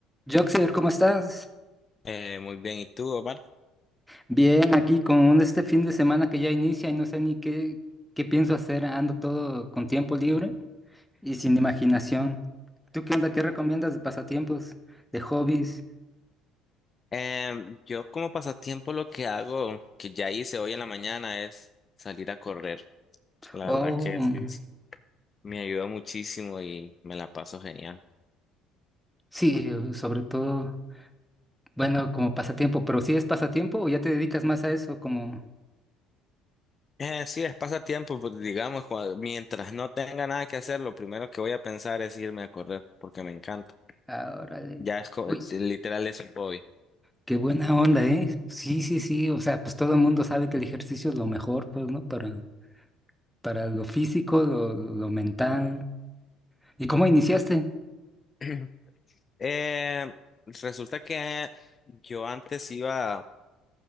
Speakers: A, in the centre; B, on the left.
A: Joxer, ¿cómo estás?
B: Eh, muy bien, ¿y tú, Omar?
A: Bien, aquí con este fin de semana que ya inicia y no sé ni qué, qué pienso hacer. Ando todo con tiempo libre y sin imaginación. ¿Tú qué onda? ¿Qué recomiendas de pasatiempos, de hobbies?
B: Em, yo como pasatiempo lo que hago, que ya hice hoy en la mañana, es salir a correr. La
A: O
B: verdad que
A: mm,
B: sí, sí, me ayuda muchísimo y me la paso genial.
A: sí, sobre todo, bueno, como pasatiempo, pero si ¿sí es pasatiempo o ya te dedicas más a eso, como
B: Eh, sí, es pasatiempo, pues digamos, cua- mientras no tenga nada que hacer, lo primero que voy a pensar es irme a correr, porque me encanta.
A: ahora
B: Ya es, co-
A: Uy,
B: es- literal es un hobby.
A: qué buena onda, ¿eh? Sí, sí, sí. O sea, pues todo el mundo sabe que el ejercicio es lo mejor, pues, ¿no? Para, para lo físico, lo, lo lo mental. ¿Y cómo iniciaste?
B: <clears throat> Eh, resulta que yo antes iba